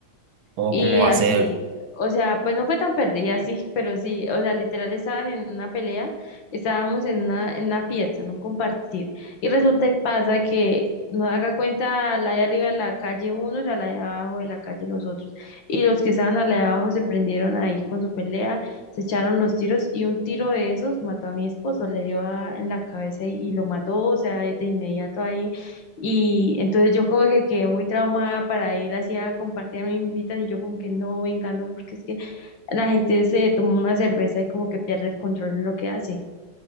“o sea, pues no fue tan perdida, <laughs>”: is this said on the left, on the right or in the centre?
Left